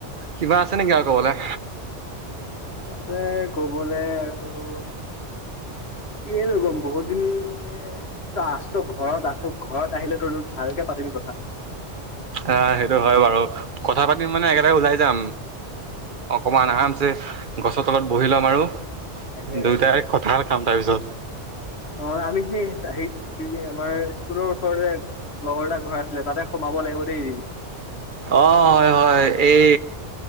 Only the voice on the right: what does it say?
কিবা আছে নেকি আৰু কবলে?
আহ, সেইটো হয় বাৰু কথা পাতি মানে একেটাৰে ওলাই যাম। অকমান আৰামছে। গছৰ তলত বহি ল'ম আৰু,
দুয়োটাই
কঁঠাল খাম তাৰপিছত।
অ' হয় হয়, এই